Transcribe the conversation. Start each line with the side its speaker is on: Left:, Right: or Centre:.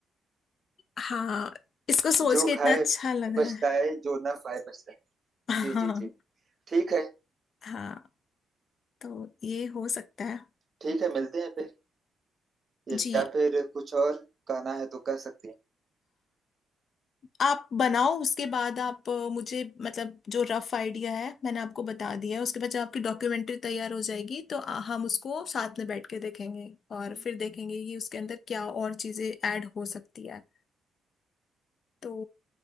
Left: हाँ इसको सोच
Right: जो
Left: के इतना
Right: खाए
Left: अच्छा लग रहा
Right: पछताए
Left: है
Right: जो ना खाए पछताए
Left: हाँ
Right: जी जी जी ठीक है
Left: हाँ तो ये हो सकता है
Right: ठीक है मिलते हैं फिर या
Left: जी
Right: फिर कुछ और कहना है तो कह सकते हैं
Left: आप बनाओ उसके बाद आप अ, मुझे मतलब जो रफ आइडिया है मैंने आपको बता दिया है उसके बाद जब आपकी डॉक्यूमेंट्री तैयार हो जाएगी तो अ, हम उसको साथ में बैठ के देखेंगे और
Right: हम्म,
Left: फिर देखेंगे कि उसके अंदर क्या और चीजें ऐड हो सकती है तो